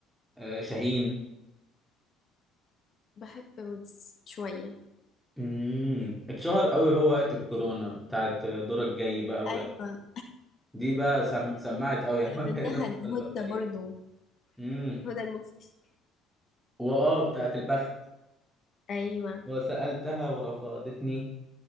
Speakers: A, in the centre; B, on the left (about 40°).
A: آه، شاهين
B: بحب ويجز شوية
A: امم اتشهر قوي هو وقت الكورونا بتاعت دورك جاي بقى ولا
B: أيوة
A: دي بقى سم... سمعت قوي
B: واللي
A: يعني <laughs>
B: غناها
A: تقريبا
B: الهدى
A: في الفتره دي
B: برضو
A: امم
B: هدى المفتي
A: واه بتاعت البخت
B: أيوة
A: وسألتها ورفضتني